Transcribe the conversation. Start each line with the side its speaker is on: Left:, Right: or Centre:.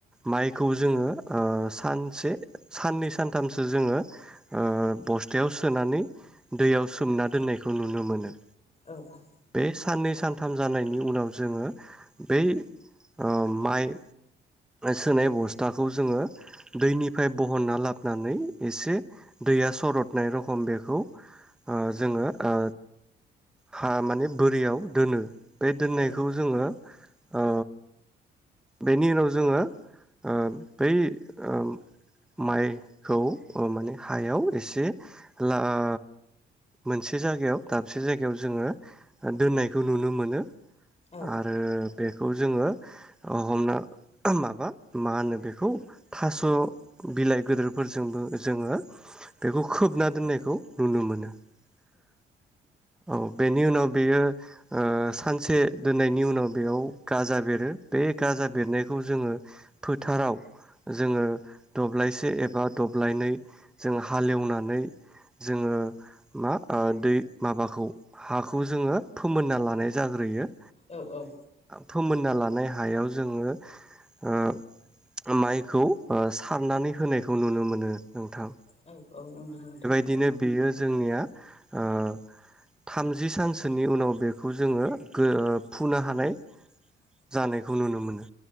Centre: माइखौ जोङो ओ सानसे साननै सानथामसो जोङो ओ बस्थायाव सोनानै दैयाव सोमना दोननायखौ नुनो मोनो।
Left: औ औ।
Centre: बे साननै सानथाम जानायनि उनाव जोङो बै ओ माइ सोनाय बस्थाखौ जोङो दैनिफ्राय बहनना लाबोनानै एसे दैया सरदनाय रखम बेखौ ओ जोङो ओ हा माने बोरियाव दोनो बे दोननायखौ
Left: औ औ
Centre: जोङो ओ बेनि उनाव ज जोङो ओ बै ओ माइखौ ओ माने हायाव एसे ला ओ मोनसे जायगायाव दाबसे जायगायाव जोङो दोननायखौ नुनो मोनो
Left: औ
Centre: आरो बेखौ जोङो हमना माबा मा होनो बेखौ थास बिलाइ गेदोरफोरजोंबो जोङो बेखौ खोबना दोननायखौ नुनो मोनो। औ बेनि उनाव बेयो ओ सानसे दोननायनि उनाव बेयाव गाजा बेरो बे गाजा बेरनायखौ जोङो फोथाराव जोङो दब्लायसे एबा दब्लायनै जों हालेवनानै जोङो मा दै माबाखौ हाखौ जोङो फोमोनना लानाय जाग्रोयो
Left: औ औ।
Centre: थुम होनना लानाय हायाव जोङो ओ माइखौ ओ सारनानै होनायखौ नुनो मोनो नोंथां
Left: औ औ नंगौ नोंथां
Centre: दिनो बेयो जोंनिया ओ थामजि सानसोनि उनाव बेखौ जोङो गो ओ फुनो हानाय जानायखौ नुनो मोनो।